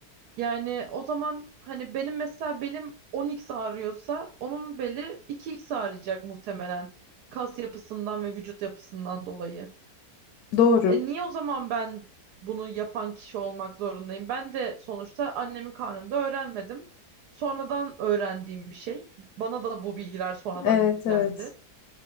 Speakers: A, on the right; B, on the left.
A: Yani o zaman hani benim mesela belim 10x ağrıyorsa onun beli 2x ağrıyacak muhtemelen kas yapısından ve vücut yapısından dolayı.
B: Doğru.
A: E niye o zaman ben bunu yapan kişi olmak zorundayım? Ben de sonuçta annemin karnında öğrenmedim. Sonradan öğrendiğim bir şey. Bana da bu bilgiler sonradan
B: Evet,
A: yüklendi.
B: evet.